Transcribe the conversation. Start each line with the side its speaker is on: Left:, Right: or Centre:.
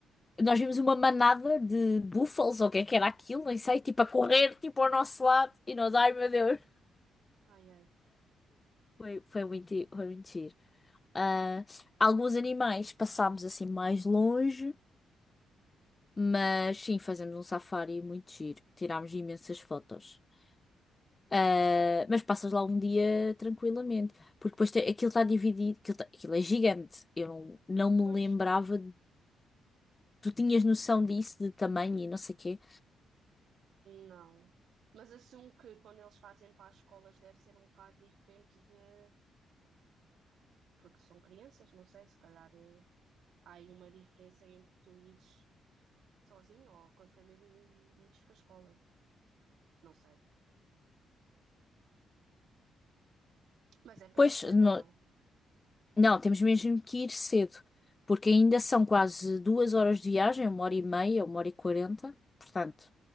Left: nós vimos uma manada de búfalos, ou o que é que era aquilo, nem sei, tipo a correr, tipo ao nosso lado. E nós, ai meu Deus.
Right: Ai, ai.
Left: Foi, foi muito, foi muito giro. Ah, alguns animais passámos assim mais longe, mas sim, fazemos um safari muito giro. Tirámos imensas fotos. Ah, mas passas lá um dia tranquilamente, porque depois tem- aquilo está dividido, aquilo, tá- aquilo é gigante. Eu não, não me
Right: Pois,
Left: lembrava, tu tinhas noção disso, de tamanho e não sei quê.
Right: não. Mas assumo que quando eles fazem para as escolas deve ser um bocado diferente de. Porque são crianças, não sei, se calhar eh, há aí uma diferença entre tu ires sozinho ou com a família e ires com a escola. Não sei. Mas é para
Left: Pois,
Right: ir cedo
Left: não,
Right: ou não?
Left: não, temos mesmo que ir cedo, porque ainda são quase duas horas de viagem, uma hora e meia, uma hora e quarenta, portanto.